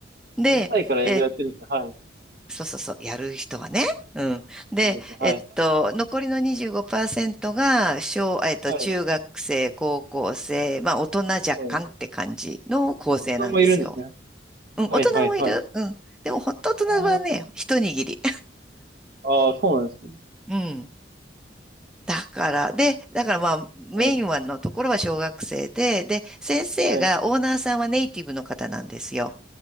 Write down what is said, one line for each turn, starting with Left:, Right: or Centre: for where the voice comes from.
Centre: うで、
Right: 2歳から英語やってるんですね。
Centre: えー
Right: はい。
Centre: そうそうそう、やる人はね。うん。で、
Right: すごいですね。はい。
Centre: えっと、残りの25%が、小、えっと、
Right: はい。
Centre: 中学生、高校生、まあ、大人若干って感じの構成なんですよ。
Right: はい。子供もいるんですね。
Centre: うん、
Right: はい、
Centre: 大人もいる。
Right: はい、はい。
Centre: うん。でも、本当大人はね、
Right: あ
Centre: 一握り。
Right: あ、ああそうなんですね。
Centre: <laughs> うん。だから、で、だからまあ、メインはのところは小学生で、
Right: はい。
Centre: で、先生が、
Right: はい。
Centre: オーナーさんはネイティブの方なんですよ。